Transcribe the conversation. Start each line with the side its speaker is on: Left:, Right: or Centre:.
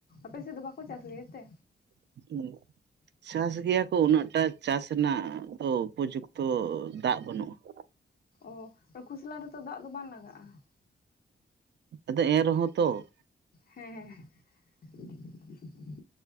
Left: ᱟᱯᱮ ᱥᱮᱫ ᱫᱚ ᱵᱟᱠᱚ ᱪᱟᱥ ᱜᱮ ᱛᱮ?
Right: <unintelligible> ᱪᱟᱥ ᱜᱮᱭᱟ ᱠᱚ ᱩᱱᱟᱹᱜ ᱴᱟ ᱪᱟᱥ ᱨᱮᱱᱟᱜ ᱫᱚ ᱩᱯᱚᱡᱩᱠᱛᱚ ᱫᱟᱜ ᱵᱟᱹᱱᱩᱜᱼᱟ ᱾
Left: ᱚᱻ ᱾ ᱠᱷᱚᱥᱞᱟ ᱨᱮᱛᱚ ᱫᱟᱜ ᱫᱚ ᱵᱟᱝ ᱞᱟᱜᱟᱜᱼᱟ ᱾
Right: ᱟᱫᱚ ᱮᱱᱨᱮᱦᱚᱸ ᱛᱚ ᱾
Left: ᱦᱮᱸ ᱦᱮᱸᱻ <inaudible>